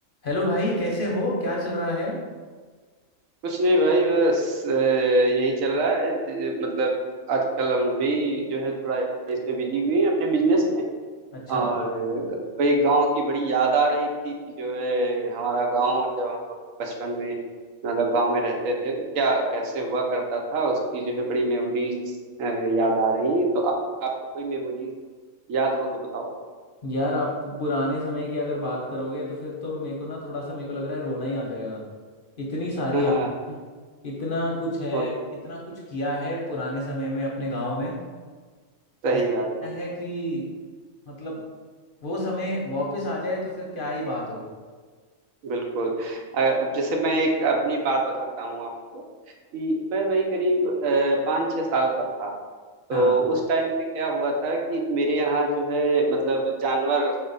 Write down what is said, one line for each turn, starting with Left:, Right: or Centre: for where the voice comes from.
Left: Hello भाई कैसे हो क्या चल रहा है
Right: कुछ नहीं भाई बस अ, यही चल रहा है ज- मतलब आजकल हम भी जो है थोड़ा इसमें बिजी हुए हैं अपने बिजनेस में
Left: अच्छा
Right: और ग- भाई गांव की बड़ी याद आ रही थी कि जो है हमारा गांव जब हम लोग बचपन में मतलब गांव में रहते थे तो क्या कैसे हुआ करता था उसकी जो है बड़ी मेमोरीज याद आ रही हैं तो आप, आपको कोई मेमोरीज याद हो तो बताओ
Left: यार आप पुराने समय की अगर बात करोगे तो फिर तो मेरे को ना थोड़ा सा मेरे को लग रहा है रोना ही आ जाएगा इतनी सारी
Right: <laughs>
Left: यादें
Right: हाँ
Left: हैं इतना कुछ है
Right: बहुत
Left: इतना कुछ किया है पुराने समय में अपने गांव में
Right: सही
Left: ऐसा
Right: बात
Left: लगता है कि मतलब वो समय वापस आ जाए तो फिर क्या ही बात हो
Right: बिल्कुल अ, अब जैसे मैं एक अपनी बात बताता हूँ आपको कि मैं वही करीब अ, पाँच छः साल का था तो
Left: हाँ
Right: उस टाइम पे क्या हुआ था कि मेरे यहाँ जो है मतलब जानवर